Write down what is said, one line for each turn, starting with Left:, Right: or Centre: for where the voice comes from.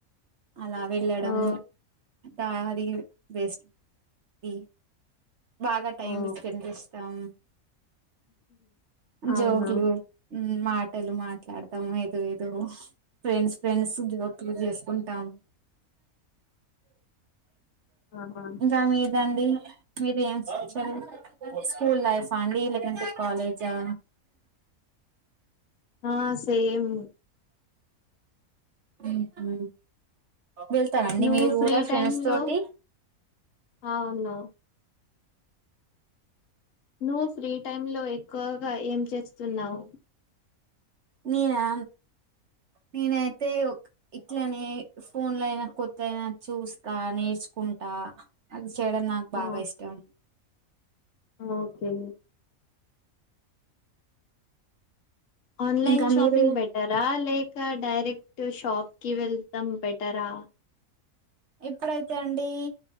Right: అలా వెళ్ళడం
Left: ఓ
Right: తా అది బెస్ట్ ది బాగా టైం
Left: ఓ
Right: స్పెండ్ చేస్తాం
Left: అవునా
Right: జోకులు ఉమ్ మాటలు మాట్లాడతం ఏదో ఏదో ఫ్రెండ్స్ ఫ్రెండ్స్ జోకులు జేసుకుంటాం
Left: ఆహా
Right: ఇంకా మీదండి మీరు ఏం చదువు స్కూల్ లైఫ్ ఫా అండి లేకుంటే కాలేజా
Left: హా సేమ్
Right: మ్ హు వెళ్ తరా అండి
Left: నువ్వు
Right: మీరు
Left: ఫ్రీ
Right: గూడ ఫ్రెండ్స్
Left: టైమ్
Right: తోటి
Left: లో అవును నువ్వు ఫ్రీ టైం లో ఎక్కువగా ఏం చేస్తున్నవ్
Right: నేనా నేనైతే ఒక్ ఇట్లనే ఫోన్ ల ఎదన కొత్త దేదయిన చూస్తా నేర్చుకుంటా డాన్స్ చేయడం నాకు బాగా
Left: ఆ
Right: ఇష్టం
Left: ఓకే ఆన్లైన్
Right: ఇంకా
Left: షాపింగ్
Right: మీరు
Left: బెటరా లేక డైరెక్ట్ షాప్కి వెళ్టం బెటరా
Right: ఇప్పుడైతే అండీ